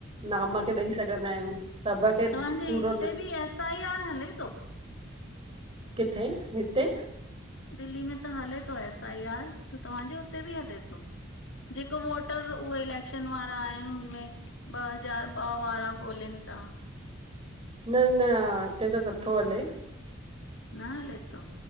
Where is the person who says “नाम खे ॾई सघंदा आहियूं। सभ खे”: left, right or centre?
Right